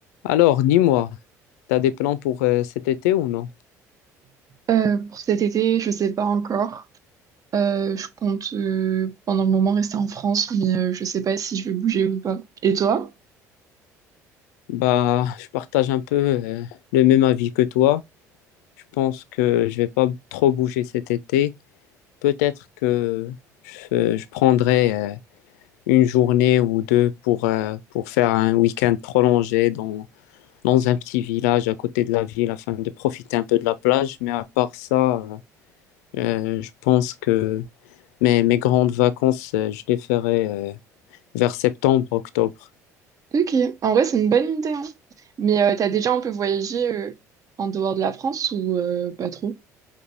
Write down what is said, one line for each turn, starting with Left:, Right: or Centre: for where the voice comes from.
Left: Alors, dis-moi, t'as des plans pour euh, cet été ou non?
Right: Euh, pour cet été, je sais pas encore. Euh, je compte euh, pendant le moment rester en France, mais euh, je sais pas si je vais bouger ou pas. Et toi?
Left: Bah, je partage un peu euh, le même avis que toi. Je pense que je vais pas trop bouger cet été. Peut-être que je, je prendrai euh, une journée ou deux pour, euh, pour faire un week-end prolongé dans, dans un petit village à côté de la ville afin de profiter un peu de la plage. Mais à part ça, euh, euh, je pense que mes, mes grandes vacances, euh, je les ferai euh, vers septembre, octobre.
Right: Ok, en vrai, c'est une bonne idée, hein. Mais euh, t'as déjà un peu voyagé euh, en dehors de la France ou euh, pas trop?